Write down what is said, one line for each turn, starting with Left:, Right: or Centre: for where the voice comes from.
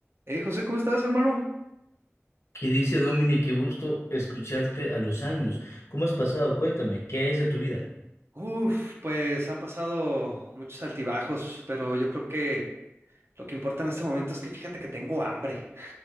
Right: Hey José, ¿cómo estás, hermano?
Left: ¿Qué dice Dominic? Qué gusto escucharte a los años. ¿Cómo has pasado? Cuéntame, ¿qué es de tu vida?
Right: Uf, pues han pasado muchos altibajos, pero yo creo que lo que importa en este momento es que fíjate que tengo hambre.